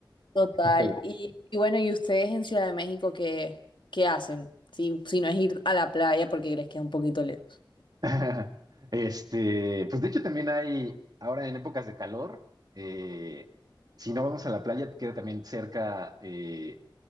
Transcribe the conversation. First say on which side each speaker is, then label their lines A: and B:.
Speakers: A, on the left; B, on the right.
A: Total.
B: Pero,
A: Y, y bueno, ¿y ustedes en Ciudad de México qué, qué hacen? Si, si no es ir a la playa porque les queda un poquito lejos.
B: <laughs> este, pues de hecho también hay, ahora en épocas de calor, eh, si no vamos a la playa, queda también cerca, eh,